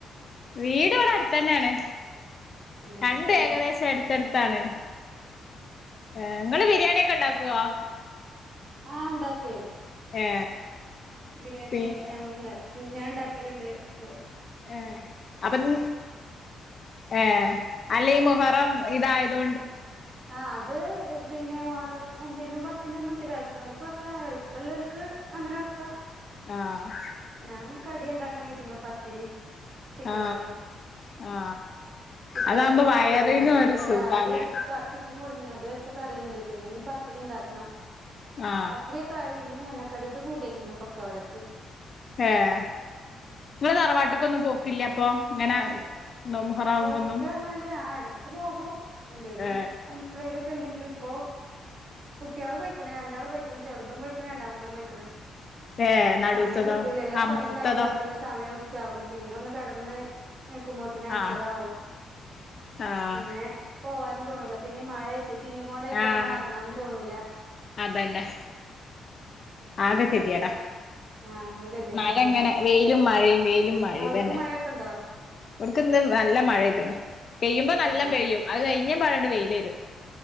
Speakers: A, on the left; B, on the right.
A: വീട് ഇവിടെ അട്ത്തന്നെയാണ്
B: ഏ
A: രണ്ടും
B: സ്ഥലം
A: ഏകദേശം അട്ത്തടുത്താ ത്താണ് ഏ നിങ്ങള് ബിരിയാണിയൊക്കെ ഇണ്ടാക്കുവോ?
B: ആ ഇണ്ടാക്കുവേ
A: ഏ
B: ബിരിയാണി
A: പിന്നെ
B: ഞങ്ങള് ഇണ്ടാ ഞാൻ ഇണ്ടാക്കലുണ്ട് പ്പൊ
A: ഏഹ് അപ്പൊ ൻ ഏഹ് അല്ലെ ഈ മുഹറം ഇതായതോ
B: ആ അത് പിന്നെ മുഹറ ഒമ്പേനും പത്തിനൊന്നും ച്ച് വേക്കണോർക്ക് വെക്കാ എളുപ്പല്ലോല്ക്ക് അങ്ങനെ വെക്കാ
A: ആഹ്
B: ഞാൻ കടി ഇണ്ടാക്കാനാ കര്തീക്ക്ണ പത്തിരിം ചിക്കൻ
A: ആ
B: കറിം
A: ആ
B: കുട്ടിയെൾക്കൊന്നും
A: അതാകുമ്പോ
B: നോമ്പില്ലേനി.
A: വയറിനും
B: അപ്പൊ
A: ഒരു
B: പിന്നെ
A: സുഖല്ലേ
B: രാവിലേക്ക്‌ ഇക്ക ചിക്കൻ കൊടുന്നീനി അ ത് വെച്ച കറി ഇണ്ട്. പിന്നെ ഇനി പത്തിരി ഇണ്ടാക്കണം
A: ആ
B: പത്തിരിയൊക്കെ ആയി. ഇനി എണ്ണക്കടിക്ക് കൂട്ടിയേച്ക്ണ്‌ കൊക്കവടക്ക്
A: ഏഹ് ഇങ്ങള് തറവാട്ട്ക്കൊന്നും പോക്കില്ല അപ്പൊ ഇങ്ങനെ മുഹറാവുമ്പോന്നും
B: പോക്ക് പറഞ്ഞാല് ആ എടക്ക് പോകും എന്തേലും
A: ഏ
B: എപ്ളേലു ക്കൊണ്ടെങ്കില് ഇപ്പോ കുട്ടിയേള് പോയിക്കണ് രണ്ടാള് പോയിക്കണ് ചെറുതും പോയിക്കണ് രണ്ടാമത്തും പോയിക്കണ്
A: ഏ നടുത്തതോ
B: സമയം കിട്ടൂല എല്ലാ
A: ആ
B: പണിയും
A: മൂത്തതോ
B: കഴിയുമ്പോതിന്നു സമയം ഉ ച്ചാകും പിന്നെ ഒന്ന് കടന്ന് എനിക്കുമ്പോഴ്ത്തിന് അസ്
A: ആഹ്
B: വും.
A: ആഹ്
B: പിന്നെ പോവാനും തോണില്ല പിന്നെ ഈ മഴയ് ട്ട് ചീഞ്ഞ്ക്കൊണ്ടായിറ്റെ
A: ആഹ്
B: ഒന്നും എറങ്ങാനും തോന്നൂല
A: അതന്നെ ആകെ കെതിയേടാ
B: ആഹ് ഒരു ഗതികേടാണ്
A: മഴ ഇങ്ങനെ വെയിലും മഴയും വെയിലും മഴയും
B: അവിടക്ക്
A: ഇതന്നെ
B: മഴയൊക്കെ ഉണ്ടോ
A: ഇവിട്ക്ക് ഇന്ന് നല്ല മഴ പെയ്ത്ണ്. പെയ്യുമ്പം നല്ലം
B: ഏഹ്
A: പെയ്യും അത് കഴിഞ്ഞെമ്പാടണ്ട് വെയിലെരും